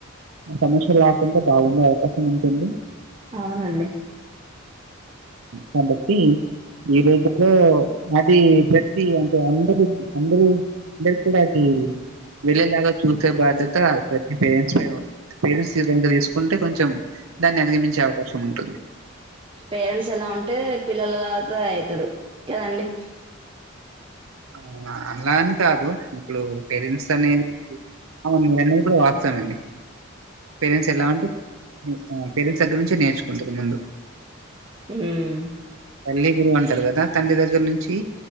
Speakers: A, on the right (about 85°); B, on the right (about 25°).
A: సమస్యలు కాకుండా బాగుండే అవకాశం ఉంటుంది.
B: అవునండి.
A: కాబట్టి ఈ రోజుల్లో అది. అంటే అందరు అందరు అందరి కూడా వెళ్ళేలాగా చూసే బాధ్యత. త తప్పితే. పేరెంట్స్ నీ కనుక తీసుకుంటే కొంచెం. దాన్ని అధిగమించే అవకాశం ఉంటుంది.
B: పేరెంట్స్ ఎలా ఉంటే పిల్లలు అలా ఐతారు కదాండి.
A: అవునా అలా అని కాదు ఇప్పుడు పేరెంట్స్ అనేది. అవును మీరన్నది కూడా వాస్తవమే నండి. పేరెంట్స్ ఎలా ఉంటే. పేరెంట్స్ దగ్గర నుంచే నేర్చుకుంటారు ముందు.
B: ఉమ్
A: తల్లి గురువు అంటారు కదా. తండ్రి దగ్గర నుంచి.